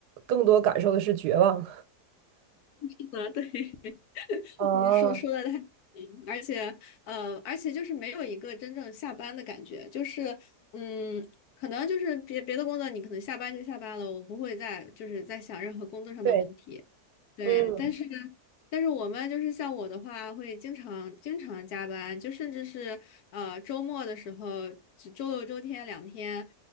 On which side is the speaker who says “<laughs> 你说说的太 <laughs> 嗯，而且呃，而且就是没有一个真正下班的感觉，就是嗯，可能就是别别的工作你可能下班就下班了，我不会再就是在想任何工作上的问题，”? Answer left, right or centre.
Left